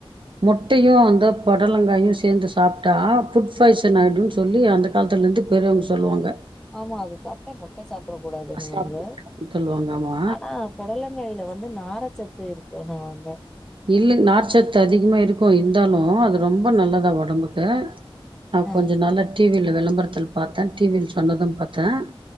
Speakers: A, on the right; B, in the centre.
A: முட்டையும் அந்த பொடலங்காயும் சேர்ந்து சாப்ட்டா ஃபுட் பாய்சன் ஆயிடும் சொல்லி அந்த காலத்துலருந்து பெரியவங்க சொல்வாங்க
B: ஆமா அது சாப்ட்டா முட்ட சாப்டக் கூடாதுன்னுவாங்க
A: சாப்டாதீங்கன்னு சொல்லுவாங்க ஆமா.
B: ஆனா பொடலங்காயில வந்து நாரச்சத்து இருக்குனுவாங்க
A: இல்ல நார்ச்சத்து அதிகமா இருக்கும் இருந்தாலும் அது ரொம்ப நல்லதா ஒடம்புக்கு நான்
B: ஆ
A: கொஞ்ச நாளா டிவில விளம்பரத்துல பாத்தேன் டிவியில சொன்னதும் பாத்தேன்